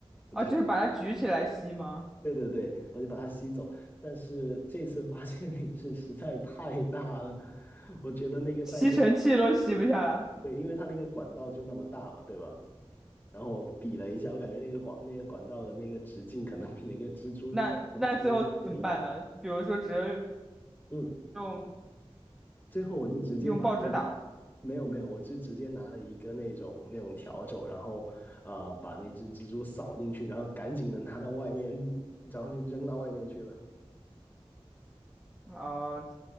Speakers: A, in the centre; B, on the left.
A: 啊，
B: 就给。
A: 就是把它举起来吸吗？
B: 对对对，我就把它吸走。但是这次发现那只实在太大了，我觉得那个袋森，
A: 吸尘器都吸不下，
B: 对，因为它那个管道就那么大嘛，对吧？然后我比了一下，我感觉那个管那个管道的那个直径可能比那个蜘蛛
A: 那那最后怎么办呢？
B: 才那个蜘蛛的一，
A: 比如说只能
B: 嗯，
A: 用
B: 最后我就直接把那
A: 用报纸打
B: 没有没有，我就直接拿了一个那种那种笤帚，然后啊、把那只蜘蛛扫进去，然后赶紧的拿到外面，然后就扔到外面去了。
A: 啊，